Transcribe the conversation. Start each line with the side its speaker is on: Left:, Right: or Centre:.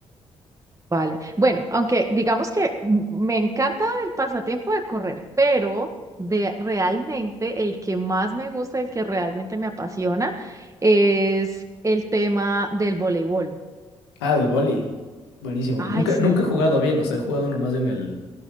Right: Vale. Bueno, aunque digamos que m- me encanta el pasatiempo de correr, pero de realmente el que más me gusta, el que realmente me apasiona, es el tema del voleibol.
Left: Ah, del boli. Buenísimo.
Right: Ay,
Left: Nunca,
Right: sí,
Left: nunca he jugado bien, o sea, he jugado nomás en el,